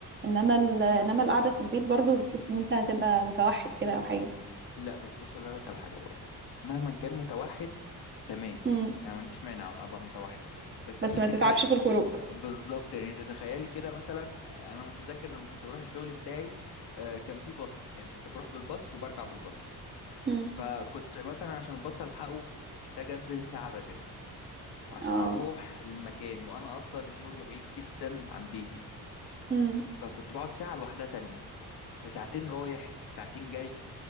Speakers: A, on the right; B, on the left.
A: انما ال... انما القعده في البيت برضو بتحس ان انت هتبقى متوحد كده او حاجه
B: لا بص بص اقول لك على حاجه برضو مهما كان متوحد تمام
A: مم.
B: انا ما عنديش مانع ابقى متوحد بس
A: بس
B: الفكره
A: ما تتعبش في الخروج
B: بالظبط يعني اذا تخيلي كده مثلا آه، انا متذكر لما كنت بروح الشغل بتاعي آه، كان في باص يعني كنت بروح بالباص وبرجع بالباص
A: مم.
B: فكنت مثلا عشان الباص الحقه محتاج انزل ساعه بدري وعشان
A: اه
B: اروح للمكان وانا اصلا الشغل بعيد جدا عن بيتي
A: مم.
B: فكنت بقعد ساعة لوحدها تانية فساعتين رايح ساعتين جاي